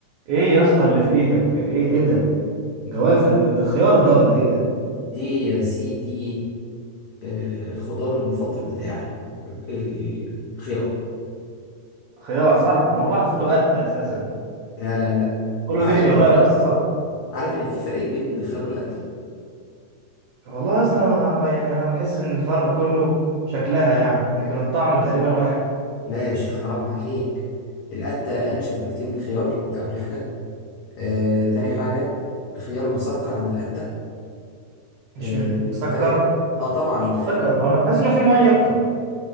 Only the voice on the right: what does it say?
ايه يا اسطى اللي في ايدك ايه ايه ده جوافه دي ده خيار ده ولا ايه ده
خيار صح انا والله حسيته قتة اساسا
كله
دي خيارات
يا اسطى
والله يا اسطى انا ب- يعني انا بحس ان الفرق كله شكلها يعني لكن الطعم تقريبا واحد
مش
م- مسكر
مش
مسكر هو انا بحس انه في ميه اكتر